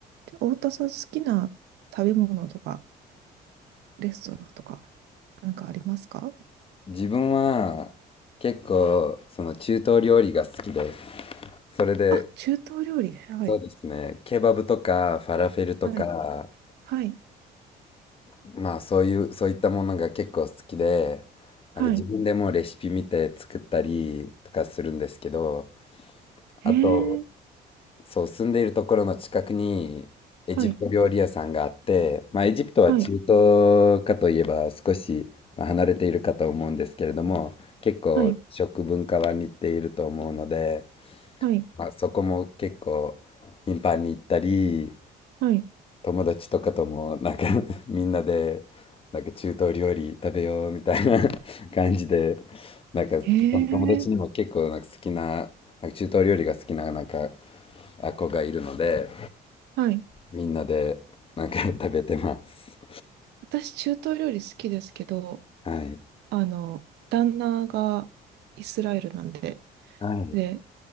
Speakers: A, on the right (about 80°); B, on the left (about 35°).
A: で太田さん好きな食べ物とか、レストランとか、なんかありますか
B: 自分は結構その中東料理が好きです。それで、
A: あ、中東料理。はい。
B: そうですね、ケバブとかファラフェルとか、
A: はい。はい。
B: まあそういう、そういったものが結構好きで、なんか自分でもレシピ見て作ったりとかするんですけど、
A: はい。へえ。
B: あと、そう、住んでいるところの近くにエジプト料理屋さんがあって、
A: はい。
B: まあ、エジプトは中東かといえば少しまあ離れているかと思うんですけれども、
A: はい。
B: 結構食文化は似ていると思うので、
A: はい。はい。
B: まあ、そこも結構頻繁に行ったり、
A: はい。
B: 友達とかともなんか <laughs> みんなでなんか中東料理食べようみたいな <laughs> 感じで、なんかその友達にも結構なんか好きな中東料理が好きななんか
A: へえ。
B: 子がいるので
A: はい。
B: みんなでなんか <laughs> 食べてます。
A: 私、中東料理好きですけど、
B: はい
A: あの、旦那がイスラエルなんで、
B: はい
A: で、